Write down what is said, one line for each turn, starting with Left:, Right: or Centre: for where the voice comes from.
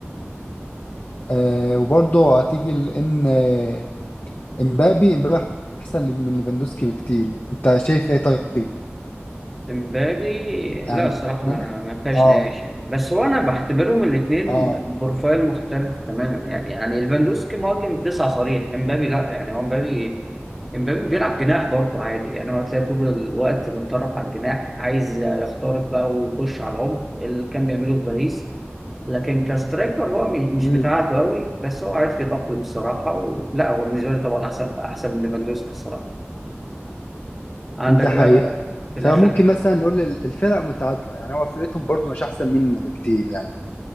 Left: آه وبرضه هتيجي لان آه، امبابي امبابي احسن من ليفاندوسكي بكتير انت شايف ايه طيب
Centre: امبابي
Left: عمان
Centre: لا الصراحة ما ما فيهاش
Left: اه
Centre: نقاش يعني بس هو أنا بعتبرهم الاتنين
Left: اه
Centre: بروفايل مختلف تماما يعني يعني ليفاندوسكي مهاجم تسعة صريح امبابي لا يعني هو امبابي امبابي بيلعب جناح برضه عادي يعني هو هتلاقي طول الوقت متطرف على الجناح عايز يخترق بقى ويخش على العمق اللي كان بيعمله في باريس لكن كسترايكر هو م- مش
Left: امم
Centre: بتاعته قوي بس هو عارف يتأقلم الصراحة ولا هو بالنسبة لي طبعا أحسن أحسن من ليفاندوسكي الصراحة عندك
Left: ده
Centre: بقى
Left: حقيقة
Centre: في
Left: فممكن
Centre: الآخر
Left: مثلا نقول ال- الفرق متعادلة يعني هو فرقتهم برضو مش أحسن مننا بكتير يعني